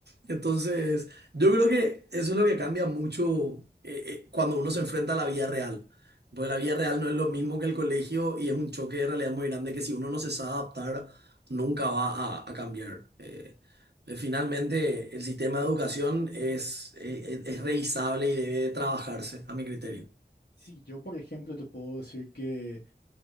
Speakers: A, on the right; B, on the left.
A: Entonces, yo creo que eso es lo que cambia mucho eh, eh, cuando uno se enfrenta a la vida real. Porque la vida real no es lo mismo que el colegio y es un choque de realidad muy grande que si uno no se sabe adaptar, nunca va a, a cambiar. Eh, eh, finalmente, el sistema de educación es, eh, es es revisable y debe de trabajarse, a mi criterio.
B: Sí, yo, por ejemplo, te puedo decir que